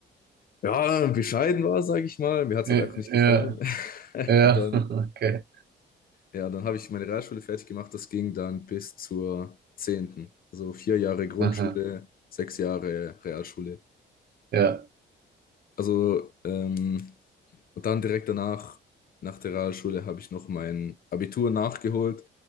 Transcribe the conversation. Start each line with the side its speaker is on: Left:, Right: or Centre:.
Left: ja, bescheiden war, sage ich mal. Mir hat es
Right: Ja,
Left: halt einfach nicht gefallen.
Right: ja.
Left: <laughs>
Right: ja.
Left: Und dann,
Right: <laughs> Okay.
Left: ja, dann habe ich meine Realschule fertig gemacht. Das ging dann bis zur zehnten Also vier Jahre Grundschule,
Right: Aha.
Left: sechs Jahre Realschule.
Right: Ja.
Left: Also, ähm, und dann direkt danach, nach der Realschule, habe ich noch mein Abitur nachgeholt.